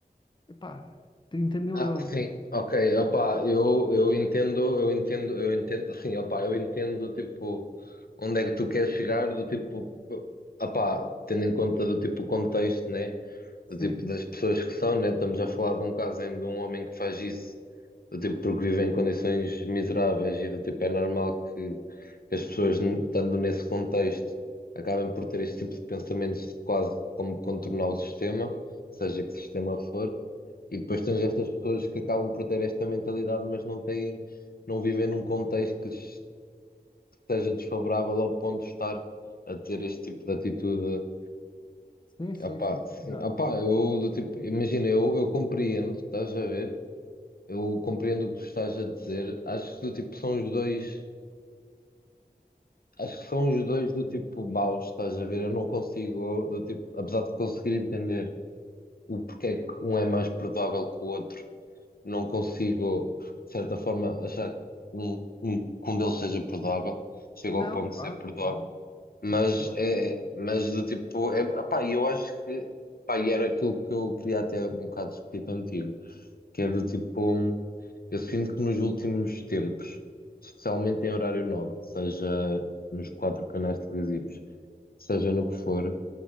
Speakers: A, on the left (about 30°); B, on the left (about 65°).
A: Epá, 30 mil
B: Ah,
A: euros.
B: sim, ok, opá, eu, eu entendo, eu entendo, eu entendo, assim, opá, eu entendo, tipo, onde é que tu queres chegar, do tipo, opá, tendo em conta do tipo o contexto, né,
A: Sim,
B: do tipo das pessoas que são, né, estamos a falar de um caso em- de um homem que faz isso do tipo, porque vivem em condições miseráveis e do tipo, é normal que, que as pessoas, n- estando nesse contexto, acabem por ter este tipo de pensamentos de quase como contornar o sistema, seja que sistema for, e depois tens estas pessoas que acabam por ter esta mentalidade, mas não têm, não vivem num contexto que lhes esteja desfavorável ao ponto de estar a ter este tipo de atitude.
A: sim, sim,
B: Ah pá,
A: sim.
B: sim,
A: Já.
B: ah pá, eu do tipo, imagina, eu, eu compreendo, estás a ver? Eu compreendo o que tu estás a dizer. Acho que do tipo são os dois, acho que são os dois do tipo maus, estás a ver? Eu não consigo, do tipo, apesar de conseguir entender o porquê é que um é mais perdoável que o outro, não consigo, de certa forma, achar que um, um, que um deles seja perdoável. Chego
A: Não,
B: ao ponto de
A: Claro,
B: ser perdoável.
A: claro.
B: Mas
A: mas-
B: é, mas do tipo, é, pá, eu acho que, pá, e era aquilo que eu queria até um bocado discutir contigo que é do tipo, hum, eu sinto que nos últimos tempos, especialmente em horário nobre, seja nos quatro canais televisivos, seja no que for,